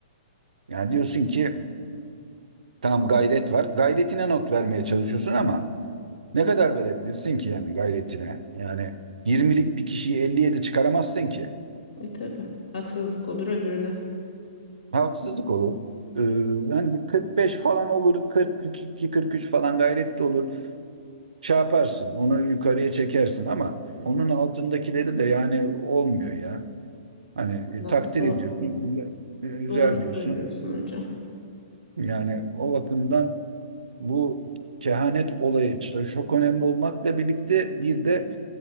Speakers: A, on the right (about 70°); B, on the left (about 70°).
A: Yani diyorsun ki tamam gayret var. Gayretine not vermeye çalışıyorsun ama ne kadar verebilirsin ki yani gayretine? Yani 20'lik bir kişiyi 57 çıkaramazsın ki.
B: E tabii. Haksızlık olur öbürüne.
A: Haksızlık olur. Ee, yani bir 45 falan olur, 42, 43 falan gayretli olur. Şey yaparsın, onu yukarıya çekersin ama onun altındakileri de yani olmuyor ya. Hani e,
B: Valla
A: takdir
B: do-
A: ediyorsun, güzel, e, güzel
B: doğru
A: diyorsun.
B: söylüyorsun hocam.
A: Yani o bakımdan bu kehanet olayı işte çok önemli olmakla birlikte bir de